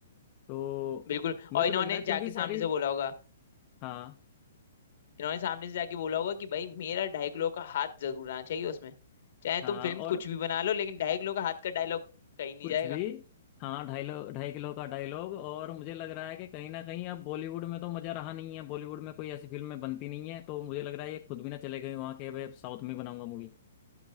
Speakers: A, on the left (about 30°); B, on the left (about 60°).
A: तो
B: बिल्कुल
A: मुझे
B: और
A: तो
B: इन्होंने
A: लग रहा है क्योंकि
B: जाके
A: सारी
B: सामने से बोला होगा
A: हाँ
B: इन्होंने सामने से जाके बोला होगा कि भाई मेरा ढाई किलो का हाथ जरूर आना चाहिए उसमें चाहे
A: हाँ
B: तुम फिल्म
A: और
B: कुछ भी बना लो लेकिन ढाई किलो का हाथ का डायलॉग कहीं नहीं
A: कुछ
B: जाएगा
A: भी हाँ ढाई लो ढाई किलो का डायलॉग और मुझे लग रहा है कि कहीं ना कहीं अब बॉलीवुड में तो मज़ा रहा नहीं है बॉलीवुड में कोई ऐसी फिल्में बनती नहीं है तो मुझे लग रहा है ये खुद भी ना चले गए वहाँ के भाई अब साउथ में ही बनाऊंगा मूवी